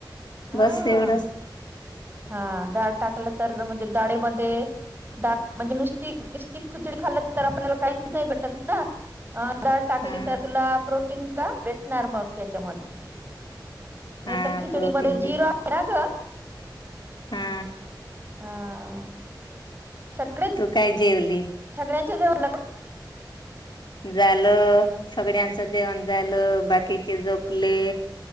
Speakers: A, on the right; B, on the left.
A: हा
B: बस एवढंच
A: हा डाळ टाकलं तर म्हणजे दाडेमध्ये दा म्हणजे नुसती नुस्ती खुचडी खाल्लं तर आपल्याला काहीच नाही भेटत ना डाळ टाकली
B: हा
A: तर तुला प्रो टिन का भेटणार मग त्याच्यामध्ये. नाही
B: हा
A: तर खिचडीमध्ये
B: प्रोटीन बी
A: झिरो <unintelligible> ग
B: हा.
A: हा. सगळे
B: तु काय जेवली?
A: <unintelligible> जेवला का?
B: झालं. सगळ्यांचं जेवण झालं, बाकीचे जोपले.